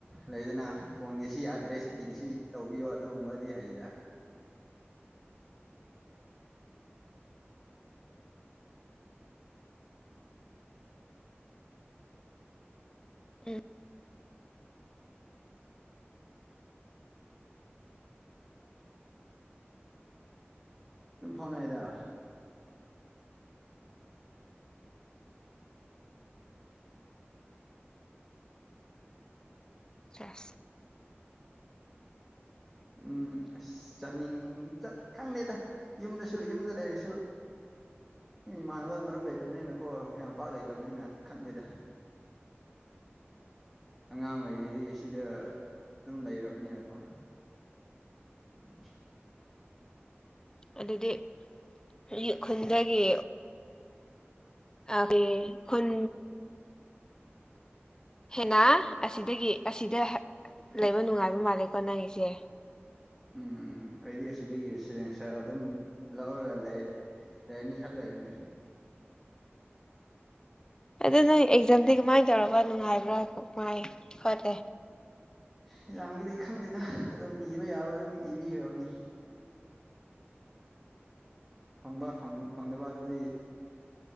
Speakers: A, in the centre; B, on the left.
A: ꯂꯩꯗꯅ ꯐꯣꯟꯒꯤ ꯑꯁꯤ ꯌꯥꯗ꯭ꯔꯦ ꯁꯦꯠꯇꯤꯡ ꯑꯁꯤ ꯇꯧꯕꯤꯌꯣ ꯑꯗꯨꯒꯨꯝꯕꯗꯤ ꯍꯥꯏꯌꯦꯗ
B: ꯎꯝ
A: ꯑꯗꯨꯝ ꯐꯥꯎꯅꯌꯦꯗ
B: ꯆꯁ
A: ꯎꯝ ꯑꯁ ꯆꯠꯅꯤꯡ ꯆꯠ ꯈꯪꯗꯦꯗ ꯌꯨꯝꯗꯁꯨ ꯌꯨꯝꯗ ꯂꯩꯔꯤꯁꯨ ꯑꯦ ꯏꯃꯥꯟꯅꯕ ꯃꯔꯨꯞ ꯂꯩꯇꯕꯅꯤꯅꯀꯣ ꯌꯥꯝꯄꯥꯛ ꯂꯩꯇꯕꯅꯤꯅ ꯈꯪꯗꯦꯗ ꯑꯉꯥꯡ ꯑꯣꯏꯔꯤꯉꯩꯗꯒꯤ ꯁꯤꯗ ꯑꯗꯨꯝ ꯂꯩꯔꯕꯅꯤꯅꯀꯣ <unintelligible>
B: ꯑꯗꯨꯗꯤ ꯑꯩꯒꯤ ꯈꯨꯟꯗꯒꯤ ꯑꯥꯒꯤ ꯈꯨꯟ ꯍꯦꯅꯥ ꯑꯁꯤꯗꯒꯤ ꯑꯁꯤꯗ ꯂꯩꯕ ꯅꯨꯡꯉꯥꯏꯕ ꯃꯥꯜꯂꯦꯀꯣ ꯅꯪꯒꯤꯁꯦ꯫
A: ꯎꯝ ꯎꯝ ꯑꯩꯗꯤ ꯑꯁꯤꯗꯒꯤ ‌ <unintelligible> ꯑꯗꯨꯝ ꯂꯧꯔꯒ ꯂꯩ꯫ ꯂꯩꯔꯅꯤ ꯈꯔ ꯂꯩꯕꯅꯦ꯫
B: ꯑꯗꯨ ꯅꯪ ꯑꯦꯛꯖꯥꯝꯗꯤ ꯀꯃꯥꯏꯅ ꯇꯧꯔꯕ ꯅꯨꯡꯉꯥꯏꯕ꯭ꯔꯥ ꯃꯥꯏ ꯈꯣꯠꯂꯦ꯫
A: ꯑꯦꯛꯖꯥꯒꯤꯗꯤ ꯈꯪꯗꯦꯗ ꯑꯗꯨꯝ ꯏꯕ ꯌꯥꯕ ꯑꯗꯨꯝ ꯏꯕꯤꯒ꯭ꯔꯕꯅꯤ꯫ ꯐꯪꯕ ꯐ‌ꯪ ꯐꯪꯗꯕ ꯑꯗꯨꯗꯤ